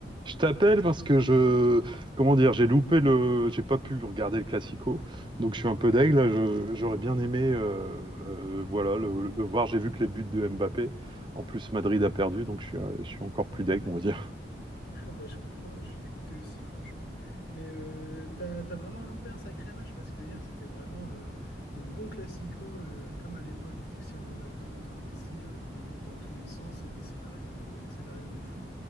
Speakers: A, on the right; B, on the left.
A: Je t'appelle parce que je, comment dire, j'ai loupé le, j'ai pas pu regarder le Classico, donc je suis un peu deg là. je- J'aurais bien aimé, euh, euh, voilà, le, le voir. J'ai vu que les buts de Mbappé. En plus, Madrid a perdu, donc je suis, euh, je suis encore plus deg, on va dire.
B: <laughs> Ah bah, je comprends, je suis dégoûté aussi, franchement. Mais euh, t'as, t'as vraiment loupé un sacré match parce que hier, c'était vraiment euh, les bons classicos, euh, comme à l'époque Cristiano Ronaldo contre Messi, avec des buts dans tous les sens et des scénarios de, des scénarios de fou.